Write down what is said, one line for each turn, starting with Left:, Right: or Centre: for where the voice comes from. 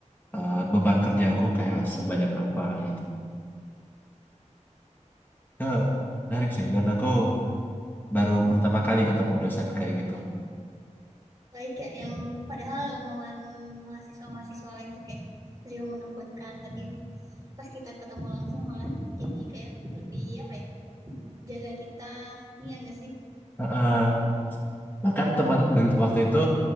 Left: eh, beban kerja aku kayak sebanyak apa gitu. Eh, menarik sih dan aku baru pertama kali ketemu dosen kayak gitu.
Right: baik ya yang padahal omongan mahasiswa-mahasiswa lain tuh kayak beliau menakutkan tapi pas kita ketemu langsung malah jadi kayak lebih apa ya jaga kita iya enggak sih
Left: Heeh. Bahkan teman dulu waktu itu